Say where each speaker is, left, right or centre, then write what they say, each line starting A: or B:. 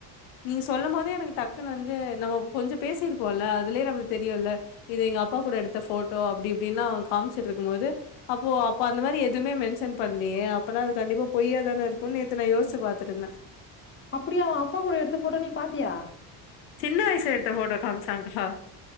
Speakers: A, on the left; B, on the left.
A: நீங்க சொல்லம் போதே எனக்கு டக்குன்னு வந்து நம்மோ கொஞ்சம் பேசிருப்போல அதுலே நமளுக்கு தெரியுல இது எங்க அப்பா கூட எடுத்த போட்டோ அப்டி இப்டில்லா காமிச்சிட்டு இருக்கும்போது அப்போ அப்ப அந்த மாதிரி எதுமே மென்ஷன் பண்ணலையே அப்பனா அது கண்டிப்பா பொய்யாதான இருக்கு நேத்து நா யோசி பாத்துட்டுருந்த
B: அப்டியா அவ அப்பா கூட எடுத்த போட்டோ நீ பாத்தியா
A: சின்ன வயசுளா எடுத்த போட்டோ காமிச்சாக்கா